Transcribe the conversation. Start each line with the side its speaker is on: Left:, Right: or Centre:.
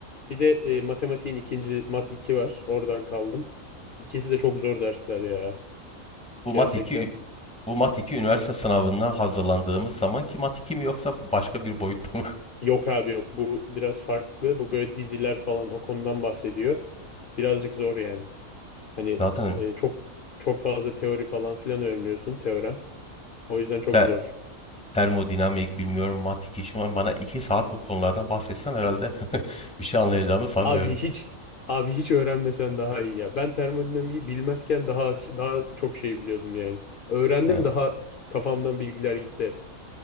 Left: Bir de e, matematiğin ikinci mat 2 var. Oradan kaldım. İkisi de çok zor dersler ya.
Centre: Bu
Left: Gerçekten.
Centre: Mat 2, bu Mat 2 üniversite sınavına hazırlandığımız zaman ki Mat 2 mi yoksa başka bir boyutta mı?
Left: Yok abi yok. Bu biraz farklı. Bu böyle diziler falan o konudan bahsediyor. Birazcık zor yani. Hani
Centre: <laughs> Zaten
Left: e, çok çok fazla teori falan filan öğreniyorsun teorem. O yüzden çok
Centre: te-
Left: zor.
Centre: termodinamik bilmiyorum Mat 2 şu an bana iki saat bu konulardan bahsetsen herhalde <laughs> bir şey anlayacağımı sanmıyorum.
Left: Abi hiç abi hiç öğrenmesen daha iyi ya. Ben termodinamiği bilmezken daha az- daha çok şey biliyordum yani. Öğrendim
Centre: Evet.
Left: daha kafamdan bilgiler gitti hep.